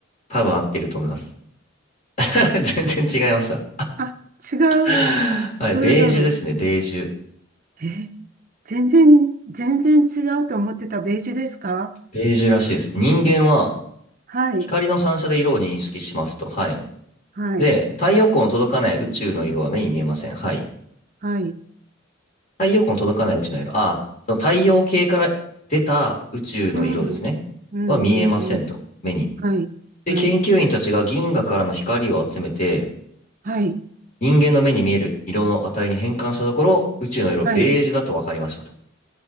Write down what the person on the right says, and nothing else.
あ、違う。
どれだろ
う。え、全然、全然違うと思ってたベージュですか
はい。
はい。
はい。
うん。うん、うん、
うん。
はい。
はい。
はい。
はい。